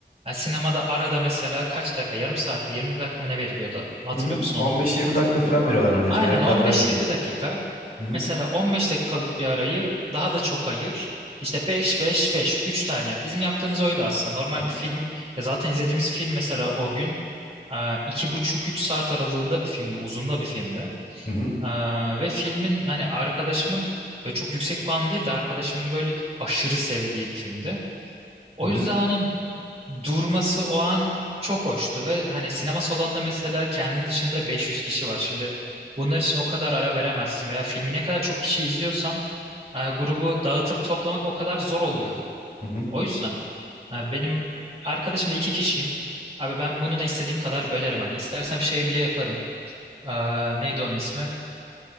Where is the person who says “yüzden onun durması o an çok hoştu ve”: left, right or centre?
Right